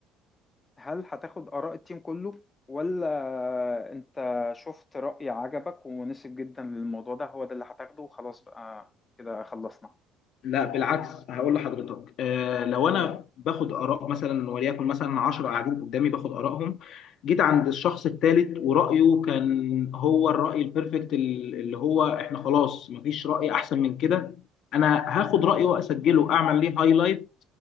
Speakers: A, on the left; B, on the left.
A: هل هتاخد آراء التيم كله ولا انت شفت رأي عجبك ومناسب جدا للموضوع ده هو ده اللي هتاخده وخلاص بقى كده خلصنا
B: لا بالعكس هقول لحضرتك آه لو انا باخد اراء مثلا وليكن مثلا 10 قاعدين قدامي باخد ارائهم جيت عند الشخص الثالث ورايه كان هو الراي البرفكت ال- اللي هو احنا خلاص مفيش راي احسن من كده انا هاخد رايه واسجله اعمل ليه هايلايت